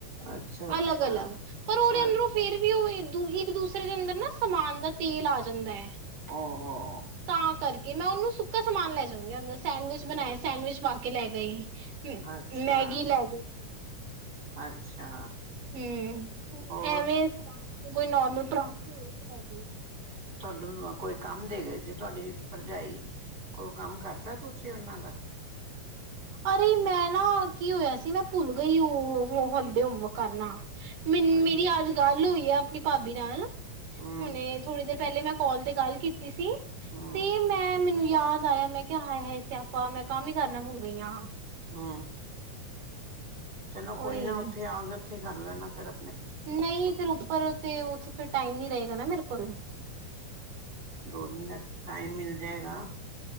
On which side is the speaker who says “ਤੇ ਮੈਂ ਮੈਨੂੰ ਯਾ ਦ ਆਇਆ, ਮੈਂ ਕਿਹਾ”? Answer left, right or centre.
Right